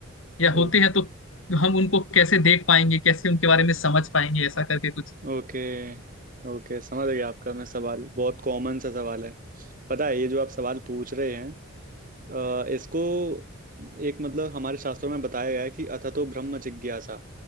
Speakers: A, on the left; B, on the right.
A: या होते
B: ओ,
A: हैं तो हम उनको कैसे देख पाएंगे कैसे उनके बारे में समझ पाएंगे ऐसा करके कुछ
B: ओके ओके समझ गया आपका मैं सवाल बहुत कॉमन सा सवाल है पता है ये जो आप सवाल पूछ रहे हैं अ, इसको एक मतलब हमारे शास्त्रों में बताया गया है कि अथतो ब्रह्म जिज्ञासा